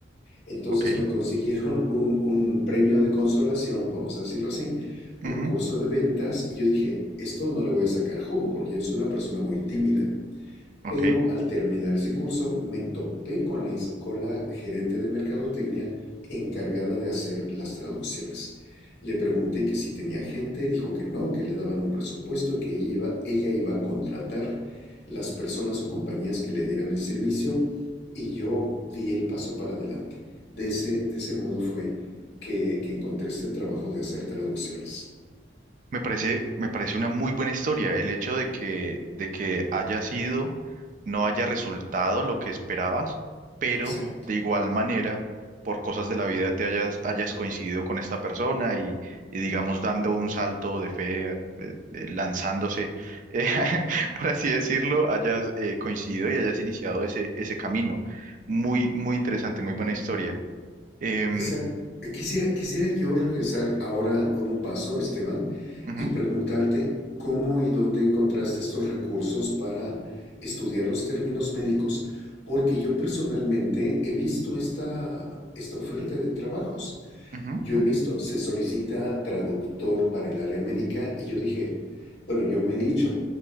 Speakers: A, on the left; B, on the right.
A: Entonces
B: ok,
A: me consiguieron un, un premio de consolación, vamos a decirlo así, un
B: ujú,
A: curso de ventas y yo dije, esto no le voy a sacar jugo porque yo soy una persona muy tímida.
B: ok.
A: Pero al terminar ese curso me topé con la, con la gerente de mercadotecnia encargada de hacer las traducciones. Le pregunté que si tenía gente, dijo que no, que le daban un presupuesto, que ella iba, ella iba a contratar las personas o compañías que le dieran el servicio y yo di el paso para adelante. De ese, de ese modo fue que, que encontré este trabajo de hacer traducciones.
B: Me parece, me parece una muy buena historia. El hecho de que, de que haya sido, no haya resultado lo que esperabas, pero
A: Exacto.
B: de igual manera, por cosas de la vida te hayas, hayas coincidido con esta persona y, y digamos dando un salto de fe, eh, eh, lanzándose, eh, <laughs> por así decirlo, hayas eh, coincidido y hayas iniciado ese, ese camino. Muy, muy interesante, muy buena historia. Em,
A: Esa, quisiera, quisiera yo regresar ahora a un paso, Esteban,
B: ujú,
A: y preguntarte cómo y dónde encontraste estos recursos para estudiar los términos médicos, porque yo personalmente he visto esta, esta oferta de trabajos.
B: ujú,
A: Yo
B: ujú,
A: he visto, se solicita traductor para el área médica y yo dije, bueno, yo me he dicho,